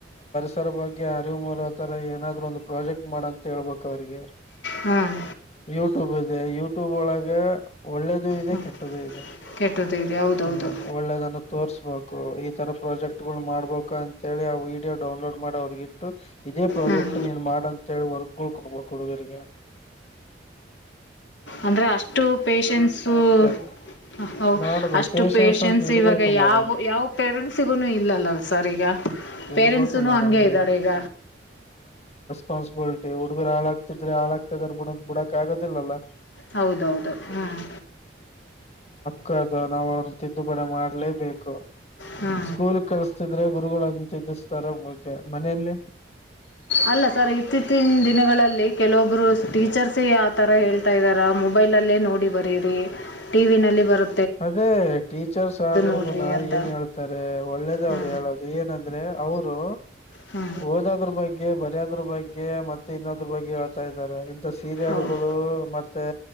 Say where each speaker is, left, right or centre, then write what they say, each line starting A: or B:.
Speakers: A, on the left (about 35°); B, on the left (about 80°).
A: ಇದರ ಬಗ್ಗೆ ಅರಿವು ಮೂಡೊ ತರ ಏನಾದ್ರು ಒಂದು ಪ್ರಾಜೆಕ್ಟ್ ಮಾಡಂತ ಹೇಳ್ಬೇಕ್ ಅವ್ರಿಗೆ.
B: ಹ್ಮ್
A: ಯೂಟ್ಯೂಬ್ ಇದೆ ಯೂಟ್ಯೂಬ್ ಒಳಗೆ ಒಳ್ಳೇದು ಇದೆ
B: ಹಾಂ
A: ಕೆಟ್ಟುದು ಇದೆ.
B: ಕೆಟ್ಟದ್ದು ಇದೆ ಹೌದೌದು
A: ಹ್ಮ್ ಒಳ್ಳೇದನ್ನು ತೋರ್ಸ್ಬೇಕು. ಈ ತರ ಪ್ರಾಜೆಕ್ಟ್ ಗುಳು ಮಾಡ್ಬೇಕಂತ ಹೇಳಿ ಆ ವೀಡಿಯೋ ಡೌನ್ಲೋಡ್ ಮಾಡವರ್ಗ್ ಇಟ್ಟು ಇದೇ ಪ್ರಾಜೆಕ್ಟ್
B: ಹಾಂ
A: ನೀನ್ ಮಾಡಂತ್ ಹೇಳಿ ವರ್ಕ್ ಗುಳ್ ಕೊಡ್ಬೇಕ್ ಹುಡ್ಗುರ್ಗೆ.
B: ಅಂದ್ರೆ ಅಷ್ಟು ಪೇಶೆನ್ಸು
A: ಇದ
B: ಓ ಔ
A: ಮಾಡ್ಬೇಕು
B: ಅಷ್ಟು
A: ಪೇಶನ್ಸ್
B: ಪೇಶೆನ್ಸ್
A: ಅಂತ ಇರ್ಬೇಕು
B: ಇವಾಗ
A: ಮೇಡಮ್
B: ಯಾವ ಯಾವ ಪೇರೆಂಟ್ಸಿಗು ಇಲ್ಲಲ್ಲಲ್ ಸರ್ ಈಗ ಪೇರೆಂಟ್ಸುನು
A: ಇರ್ಬೇಕು ಮೇಡಮ್
B: ಹಂಗೆ ಇದ್ದಾರೀಗ.
A: ಪಾಸ್ಬಿಲಿಟಿ ಹುಡುಗರು ಹಾಳಾಗ್ತಿದ್ರೆ ಹಾಳಾಗ್ತಿದ್ದಾರ್ ಬಿಡು ಅಂತ್ ಬಿಡಕ್ ಆಗದಿಲ್ಲಲ್ಲಾ?
B: ಹೌದೌದು ಹ್ಮ್
A: ಕಾಗ ನಾವ್ ಅವ್ರನ್ ತಿದ್ದುಪಡಿ ಮಾಡ್ಲೇಬೇಕು.
B: ಹ್ಞೂ
A: ಸ್ಕೂಲುಗ್ ಕಳ್ಸ್ ಸುದ್ರೆ ಗುರುಗಳ <unintelligible> ಓ ಕೆ ಮನೆಲ್ಲಿ?
B: ಅಲ್ಲ ಸರ್ ಇತ್ತೀಚಿನ ದಿನಗಳಲ್ಲಿ ಕೆಲವೊಬ್ರು ಟೀಚರ್ಸೇ ಆತರ ಹೇಳ್ತಾ ಇದ್ದಾರ ಮೊಬೈಲಲ್ಲೇ ನೋಡಿ ಬರೀರಿ ಟಿವಿನಲ್ಲಿ ಬರು
A: ಅದೇ ಟೀಚರ್ಸ್ ಆದರುಗುನಾ
B: ನೋಡಿರಿ ಅಂತ
A: ಏನ್ ಹೇಳ್ತಾರೆ ಒಳ್ಳೇದೆ
B: ಹ್ಞೂ
A: ಅವ್ರ್ ಹೇಳದು ಏನಂದ್ರೆ ಅವ್ರೂ
B: ಹ್ಞೂ
A: ಓದೋದ್ರು ಬಗ್ಗೆ ಬರ್ ಯೋದ್ರು ಬಗ್ಗೆ ಮತ್ತೆ ಇನ್ನೊದ್ರು ಬಗ್ಗೆ ಹೇಳ್ತಾ ಇದ್ದಾರೆ, ಇಂಡಸ್ ಸೀರಿಯಲ್ಗುಳು
B: ಹೌದು
A: ಮತ್ ತ್ತೆ